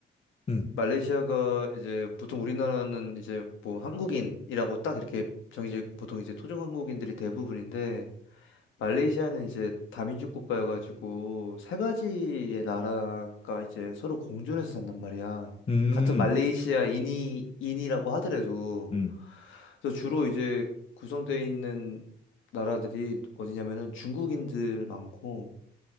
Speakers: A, on the left (about 30°); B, on the left (about 80°).
A: 음,
B: 말레이시아가 이제 보통 우리나라는 이제 뭐 한국인이라고 딱 이렇게 정해져 있고 보통 이제 토종 한국인들이 대부분인데 말레이시아는 이제 다민족 국가여가지고 세 가지의 나라가 이제 서로 공존해서 산단 말이야.
A: 음,
B: 같은 말레이시아인이 인이라고 하더라도
A: 음.
B: 그래서 주로 이제 구성되어 있는 나라들이 어디냐면은 중국인들 많고